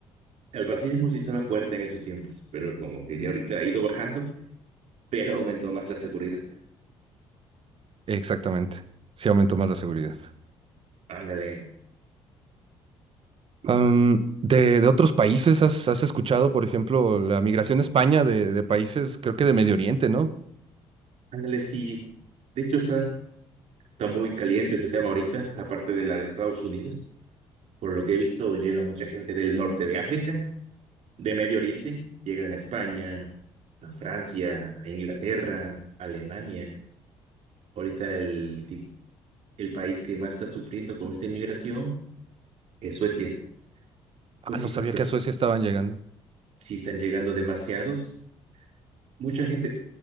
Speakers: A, on the right; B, on the right.
A: el racismo sí estaba fuerte en esos tiempos, pero como que ya ahorita ha ido bajando, pero aumentó más la seguridad.
B: Exactamente. Sí aumentó más la seguridad.
A: Ándale, sí.
B: Am, de, de otros países, ¿has, has escuchado, por ejemplo, la migración a España de, de países, creo que de Medio Oriente, ¿no?
A: ándale, sí. De hecho, está, está muy caliente ese tema ahorita, aparte de la de Estados Unidos. Por lo que he visto, llega mucha gente del norte de África, de Medio Oriente, llegan a España, a Francia, a Inglaterra, a Alemania. Ahorita el, di- el país que más está sufriendo con esta inmigración en Suecia,
B: Ah,
A: pues
B: no
A: si
B: sabía
A: estas pers-
B: que a Suecia estaban llegando.
A: sí están llegando demasiados, mucha gente